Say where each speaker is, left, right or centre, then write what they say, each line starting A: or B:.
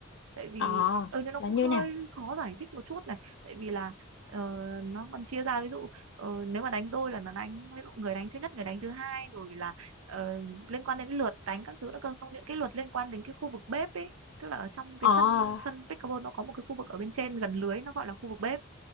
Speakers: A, on the right; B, on the left.
A: tại vì
B: Ờ,
A: ừ, nhưng nó
B: là
A: cũng
B: như
A: hơi
B: nào?
A: khó giải thích một chút này tại vì là ờ, nó còn chia ra ví dụ ờ, nếu mà đánh đôi là nó đánh ví dụ người đánh thứ nhất người đánh thứ hai rồi là ờ, liên quan đến lượt đánh các thứ nữa cơ xong những cái luật liên quan đến cái khu vực bếp ấy tức là ở trong cái
B: Ờ,
A: sân sân pickleball nó có một cái khu vực ở bên trên gần lưới nó gọi là khu vực bếp